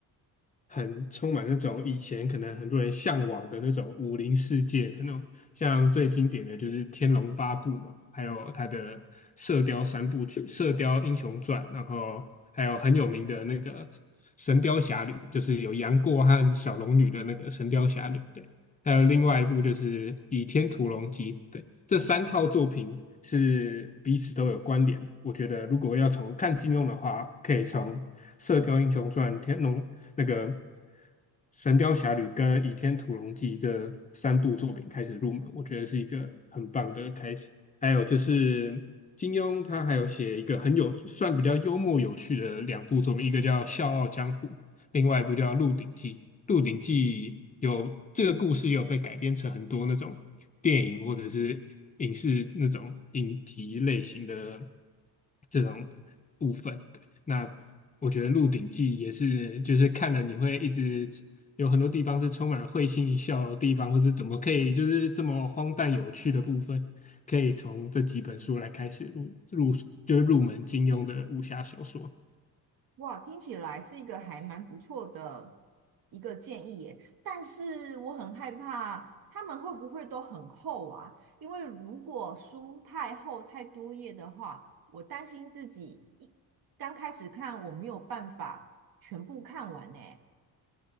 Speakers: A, on the left; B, on the right.
A: 很充满那种以前可能很多人向往的那种武林世界的那种，像最经典的就是《天龙八部》嘛，还有他的《射雕三部曲》《射雕英雄传》，然后还有很有名的那个《神雕侠侣》，就是有杨过和小龙女的那个《神雕侠侣》，对，还有另外一部就是《倚天屠龙记》，对，这三套作品是彼此都有关联的。我觉得如果要从看金庸的话，可以从《射雕英雄传》、《天龙》那个《神雕侠侣》跟《倚天屠龙记》这三部作品开始入门，我觉得是一个很棒的开始。还有就是金庸，他还有写一个很有算比较幽默有趣的两部作品，一个叫《笑傲江湖》，另外一部叫《鹿鼎记》。《鹿鼎记》有这个故事也有被改编成很多那种电影或者是影视那种影集类型的这种部分。那我觉得《鹿鼎记》也是，就是看了你会一直有很多地方是充满会心一笑的地方，或是怎么可以就是这么荒诞有趣的部分，可以从这几本书来开始入入就是入门金庸的武侠小说。
B: 哇，听起来是一个还蛮不错的一个建议耶，但是我很害怕他们会不会都很厚啊？因为如果书太厚太多页的话，我担心自己一刚开始看我没有办法全部看完呢。